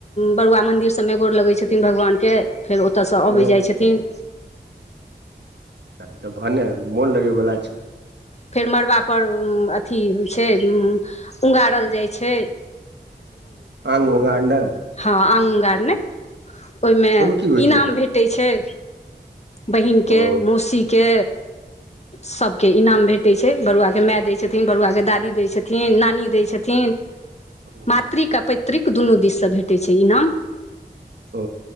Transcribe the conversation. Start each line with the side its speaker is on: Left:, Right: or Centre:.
Left: बरुआ मंन्दिर सबमे गोड़ लगै छथिन, भगवानके के फेर ओतयसं अबै
Right: हँ,
Left: जाइ छथिन।
Right: त भने मौन लगय वला छै।
Left: फेर मड़बा पर उम्म अ अथी छै उम्म उंगारल जाइ छै।
Right: आंग उगाड़ने
Left: हां, आंग उगाड़ने। ओहिमे
Right: की होइ
Left: इनाम
Right: छै
Left: भेटैत छै। बहिनके,
Right: ओ
Left: मौसीके, सभके इनाम भेटै छै, बरुआके माय दै छथिन, बरुआके दादी दै छथिन, नानी दै छथिन।
Right: हँ,
Left: मात्रिक अपे त्रिक दुनु दिससे भेटैत छै इनाम।
Right: ओ